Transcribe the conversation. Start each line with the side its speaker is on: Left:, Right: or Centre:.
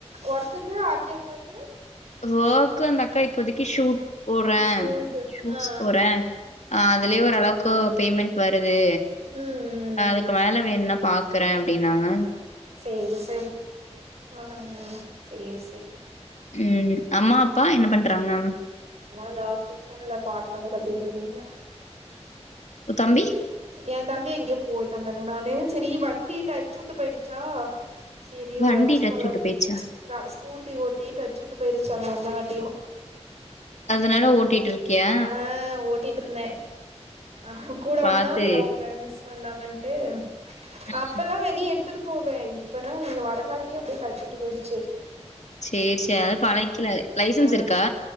Right: ஒர்க்குக்கு ஆர்த்தியக்காக்கு
Left: வொர்க்கு அந்த அக்கா இப்பதைக்கி ஷூட் போறே
Right: சூட்டு
Left: ஷூட்ஸ்
Right: ஆ ஆ
Left: போற ஆ அதுலே ஓரளவுக் கு பேமெண்ட் வருது
Right: ம் ம்
Left: அதுக்கு
Right: ம்
Left: மேல வேண்னா பாக்றே அப்டினாங்க
Right: சேரி சேரி ஆ ஆ சேரி சேரி
Left: ம் அம்மா அப்பா என்ன பண்றாங்க
Right: அதாவது கிச்சன்ல பாத்தரோ கழுவிட்டு இருக்காங்க
Left: ஒ தம்பி
Right: எ தம்பி எங்கேயோ போயிட்டாந்தானே நானு செரி வண்டி டச்சு விட்டு போயிடுச்சா செரி
Left: வண்டி
Right: ஒருரவுன்ஸ்
Left: டச்சூட்டு
Right: போலான்டு
Left: போயிருச்சா?
Right: அ ஸ்கூட்டி ஓட்டி டச்சு விட்டு போயிருச்சாங்க இந்தவாட்டியு
Left: அதனால ஓட்டிட்டு இருக்கியா?
Right: அ ஒட் சுத்திட்டு இருந்தே அ கூட
Left: பாத்து
Right: வந்தா அப்றோ அவ ஃப்ரெண்ட்ஸ் வந்தாங்கன்டு
Left: ம்.
Right: அப்பூல்லா வெளிய எடுத்துட்டு போவே இப்பதா நீங்க வரங்காட்டியு அப்டியே டச்சுவிட்டு போச்சு
Left: சேரி சேரி அதெல்லா பழகிகலா லைசன்ஸ்
Right: ஆ
Left: இருக்கா